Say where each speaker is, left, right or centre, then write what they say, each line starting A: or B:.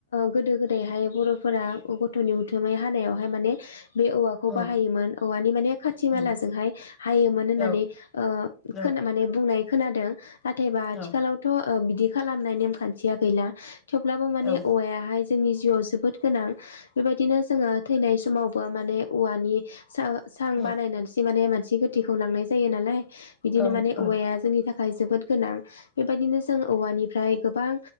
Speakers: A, on the left; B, on the left.
A: गोदो गोदायहाय
B: उम
A: बर' फोर गथ'नि उथुमै हानायावहाय माने बे औवाखौ
B: उम
A: बाहायोमोन औवानि माने खाथि मालाजोंहाय
B: उम
A: हायोमोन होननानै
B: औ
A: ओ
B: औ
A: खोन माने बुंनाय खोनादों । नाथायबा आथिखालावथ'
B: औ
A: बिदि खालामनाय नेम खान्थिया गैला । थेवब्लाबो माने
B: औ
A: हाय जोंनि जिउआव जोबोद गोनां । बेबायदिनो जोङो थैनाय समाव औवा माने औवानि स सां बानायनानैसो
B: उम
A: माने मानसि गोथैखौ लांनाय जायो नालाय । बिदिनो
B: औ
A: माने औवाया
B: औ
A: जोंनि थाखाय थाखाय जोबोद गोनां बेबायदिनो जों औवानिफ्राय गोबां